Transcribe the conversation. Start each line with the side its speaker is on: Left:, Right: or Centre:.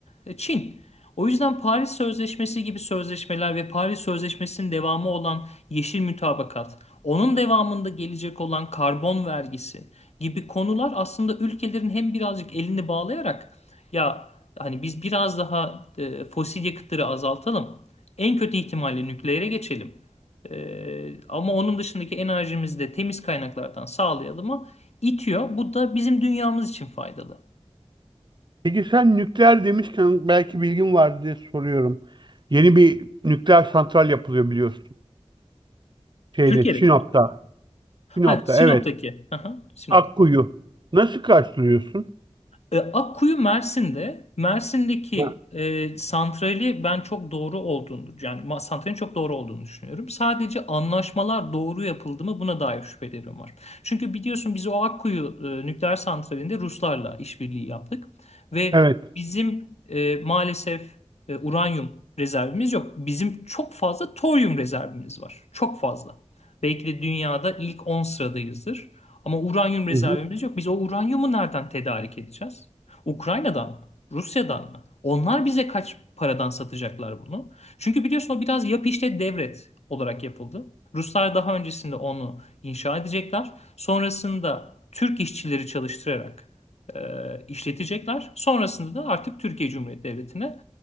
Left: e, Çin. O yüzden Paris Sözleşmesi gibi sözleşmeler ve Paris Sözleşmesi'nin devamı olan yeşil mütabakat, onun devamında gelecek olan karbon vergisi gibi konular aslında ülkelerin hem birazcık elini bağlayarak ya hani biz biraz daha e, fosil yakıtları azaltalım. En kötü ihtimalle nükleere geçelim. E, ama onun dışındaki enerjimizi de temiz kaynaklardan sağlayalım'ı itiyor. Bu da bizim dünyamız için faydalı.
Right: peki sen nükleer demişken belki bilgin var diye soruyorum. Yeni bir nükleer santral yapılıyor biliyorsun. Şeyde
Left: Türkiye'deki
Right: Sinop'ta.
Left: mi?
Right: Sinop'ta
Left: Ha Sinop'taki.
Right: evet.
Left: Aha, Sinop'taki.
Right: Akkuyu. Nasıl karşılıyorsun?
Left: E, Akkuyu Mersin'de. Mersin'deki
Right: Ha,
Left: e, santrali ben çok doğru olduğunu yani ma- santralin çok doğru olduğunu düşünüyorum. Sadece anlaşmalar doğru yapıldı mı buna dair şüphelerim var. Çünkü biliyorsun biz o Akkuyu e, nükleer santralinde Ruslarla işbirliği yaptık ve
Right: Evet.
Left: bizim e, maalesef e, uranyum rezervimiz yok. Bizim çok fazla toryum rezervimiz var. Çok fazla. Belki de dünyada ilk 10 sıradayızdır. Ama uranyum rezervimiz
Right: Hı hı,
Left: yok. Biz o uranyumu nereden tedarik edeceğiz? Ukrayna'dan mı? Rusya'dan mı? Onlar bize kaç paradan satacaklar bunu? Çünkü biliyorsun o biraz yap işlet devret olarak yapıldı. Ruslar daha öncesinde onu inşa edecekler. Sonrasında Türk işçileri çalıştırarak e, işletecekler. Sonrasında da artık Türkiye Cumhuriyeti Devleti'ne